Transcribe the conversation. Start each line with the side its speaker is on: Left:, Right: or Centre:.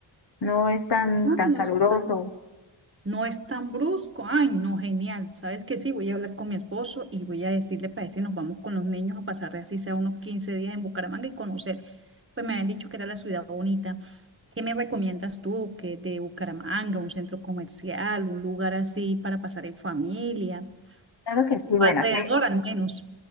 Left: No es tan,
Right: Ah,
Left: tan
Right: no
Left: caluroso.
Right: está. No es tan brusco. Ay, no, genial. ¿Sabes qué? Sí, voy a hablar con mi esposo y voy a decirle para si nos vamos con los niños a pasar así sea unos 15 días en Bucaramanga y conocer. Pues me habían dicho que era la ciudad bonita. ¿Qué me recomiendas tú? que de Bucaramanga, un centro comercial, un lugar así para pasar en familia?
Left: Claro que sí, bueno,
Right: Alrededor
Left: aquí,
Right: al menos.